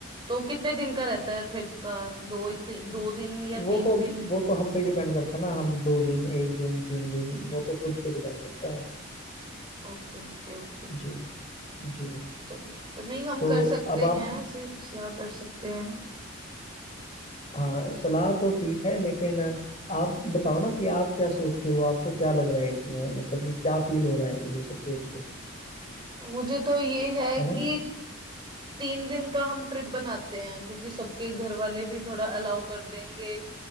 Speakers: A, on the right; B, on the left.
A: तो कितने दिन का रहता है ट्रिप का दो ती, दो दिन या
B: वो
A: तीन
B: तो
A: दिन
B: वो तो हम पे डिपेंड करता है ना हम दो दिन एक दिन तीन दिन वो तो खुद पे डिपेंड करता है
A: Okay okay okay
B: जी जी
A: तो, तो नहीं हम
B: तो
A: कर सकते
B: अब आप
A: हैं ऐसे सलाह कर सकते हैं
B: हाँ सलाह तो ठीक है लेकिन आप बताओ ना कि आप क्या सोचते हो आपको क्या लग रहा है इसमें मतलब कि क्या फील हो रहा है ये सब सोच के
A: मुझे तो ये है
B: है ना
A: कि तीन दिन का हम ट्रिप बनाते हैं क्योंकि सबके घर वाले भी थोड़ा अलाउ कर देंगे